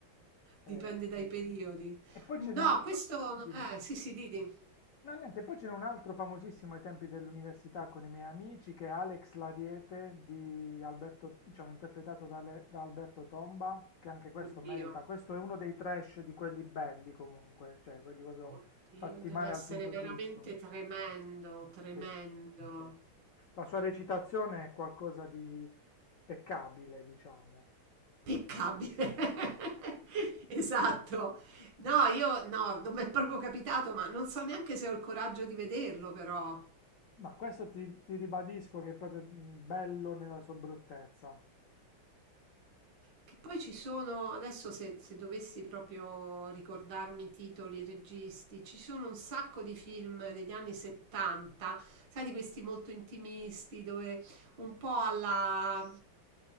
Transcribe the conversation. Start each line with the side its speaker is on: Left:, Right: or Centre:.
Right: Dipende
Left: Eh,
Right: dai periodi.
Left: e poi
Right: No,
Left: ce n'è un.
Right: questo...
Left: Dimmi.
Right: Eh, sì, sì, Didi.
Left: No, niente, poi ce n'è un altro famosissimo ai tempi dell'università con i miei amici che è Alex L'Ariete di Alberto, diciamo, interpretato da, Ale- da Alberto Tomba, che anche questo
Right: Oddio,
Left: merita. Questo è uno dei trash di quelli belli comunque, cioè quelli proprio
Right: oddio,
Left: fatti
Right: deve
Left: male
Right: essere
Left: al punto
Right: veramente
Left: giusto.
Right: tremendo, tremendo.
Left: Sì, sì. La sua recitazione è qualcosa di peccabile, diciamo.
Right: Peccabile. <laughs> Esatto. No, io no, non mi è proprio capitato, ma non so neanche se ho il coraggio di vederlo, però.
Left: Ma questo ti, ti ribadisco che è proprio mm, bello nella sua bruttezza.
Right: Che poi ci sono, adesso se, se dovessi proprio ricordarmi i titoli, i registi, ci sono un sacco di film degli anni 70, sai, di questi molto intimisti, dove un po' alla